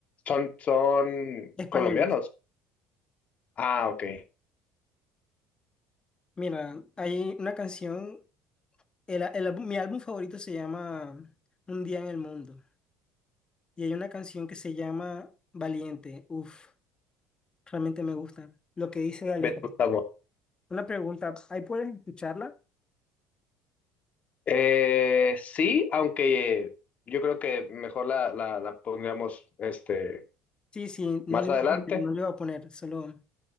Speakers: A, on the left (about 45°); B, on the left (about 25°).
A: Son, son
B: españoles.
A: colombianos. Ah, ok.
B: Mira, hay una canción, el, el álbum- mi álbum favorito se llama Un día en el mundo, y hay una canción que se llama Valiente. Uf, realmente me gusta lo que dice la
A: Vetusta
B: letra.
A: Morla.
B: Una pregunta, ¿ahí puedes escucharla?
A: Eh, sí, aunque yo creo que mejor la, la, la pondríamos este,
B: Sí, sí, no
A: más
B: le
A: adelante.
B: iba a poner, no le iba a poner, solo...